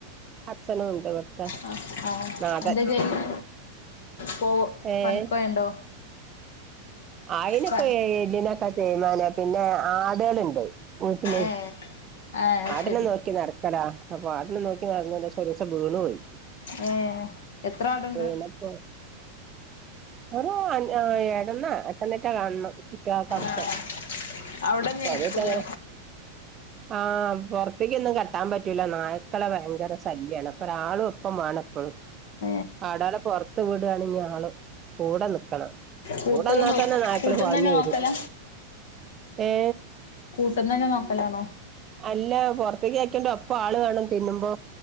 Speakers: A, on the right (about 25°); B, on the left (about 60°).
A: അച്ഛനുണ്ട് ഇവിടുത്തെ
B: ആ ആ
A: നാഥൻ.
B: എന്താ ചെയ്യുന്നെ പോ
A: ഏഹ്
B: പണിക്കോയണ്ടോ
A: അയിനിപ്പോ
B: പ
A: എല്ലിനൊക്കെ തെയ്മാനാ പിന്നെ ആടുകൾ ഇണ്ട് വീട്ടിൽ.
B: ഏ ആ
A: ആടിനെ
B: ശരി
A: നോക്കി നടക്കല്ലാ അപ്പൊ ആടിനെ നോക്കി നടന്നു ഒരൂസം വീണ് പോയി.
B: ഏ എത്ര ആടുണ്ട്
A: വീണപ്പോ ഒരു <unintelligible> അഞ്ചെണ എട്ടണറ്റെ കാണണം. ഇക്കാ <unintelligible>
B: ആഹ് അവിടെന്നെ നിക്കൂലേ
A: ആ പുറത്തേക്കൊന്നും കെട്ടാൻ പറ്റൂല്ല നായ്ക്കളെ ഭയങ്കര ശല്യമാണ് അപ്പോ ഒരാളും ഒപ്പം മാണപ്പോഴും.
B: ആ
A: ആടാളെ പുറത്തു വിടാണെകിൽ ആള് കൂടെ നിക്കണം.
B: കൂട്ട്
A: കൂടെന്നാൽ
B: നോ
A: തന്നെ നായ്ക്കൾ
B: കൂട്ട്ന്നന്നെ
A: പാഞ്ഞു വരും
B: നോക്കല
A: ഏ.
B: കൂട്ന്നെന്നെ നോക്കലാണോ.
A: നല്ല പുറത്തേക് ആക്കണ്ട് ഒപ്പം ആൾ വേണം തിന്നുമ്പോ.